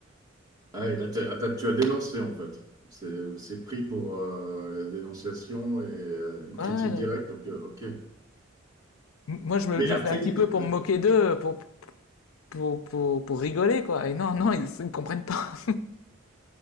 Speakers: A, on the right; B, on the left.
A: Ah, et là, t'as- ah, t'as- tu as dénoncé en fait. C'est c'est pris pour euh, la dénonciation et euh, une critique
B: Ouais, ouais, non.
A: directe, donc euh, ok.
B: Moi, je me,
A: Mais
B: je
A: après,
B: fais un petit peu
A: euh,
B: pour me moquer d'eux, pour, pour, pour, pour rigoler, quoi. Et non, non, ils, ils ne comprennent pas.